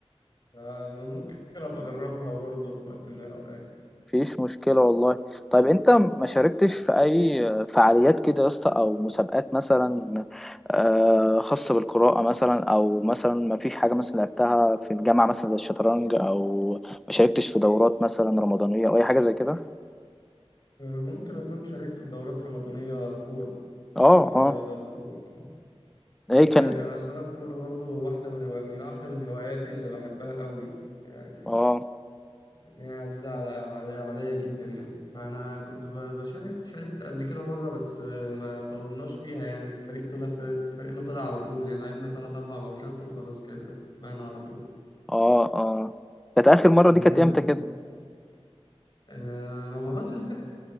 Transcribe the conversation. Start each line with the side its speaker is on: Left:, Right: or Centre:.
Left: آه ما ممكن ابقى اجربها برضه في وقت من الاوقات
Centre: مفيش مشكلة والله طيب انت ما شاركتش في اي فعاليات كده يا اسطى او مسابقات مثلا آه، خاصة بالقراءة مثلا او مثلا ما فيش حاجة مثلا لعبتها في الجامعة مثلا زي الشطرنج او ما شاركتش في دورات مثلا رمضانية او اي حاجة زي كده
Left: آه، ممكن اكون شاركت في دورات رمضانية كورة
Centre: اه
Left: رياضة
Centre: اه
Left: وكورة كده
Centre: ايه
Left: يعني دي-
Centre: كان
Left: انا اصلا الكورة برضه واحدة من روا... من واحدة من هواياتي اللي بحبها قوي يعني
Centre: اه
Left: يعني عزيزة على علي- عليا جدا يعني فأنا كنت ب- بشارك شاركت قبل كده مرة بس آه، ما طولناش فيها يعني الفريق طلع فريق- فريقنا طلع على طول يعني لعبنا تلات أربع ماتشات وخلاص كده طلعنا على طول
Centre: اه اه كانت اخر مرة
Left: بس الناس
Centre: دي كانت امتى
Left: ال...
Centre: كده
Left: آه، رمضان اللي فات